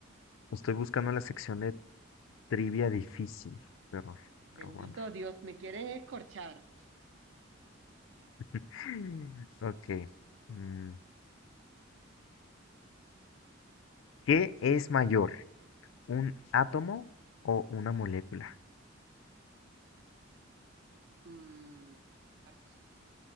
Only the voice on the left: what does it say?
Estoy buscando la sección de trivia difícil. Qué horror,
Pero bueno.
<laughs> Ok. mm, ¿Qué es mayor? ¿Un átomo o una molécula?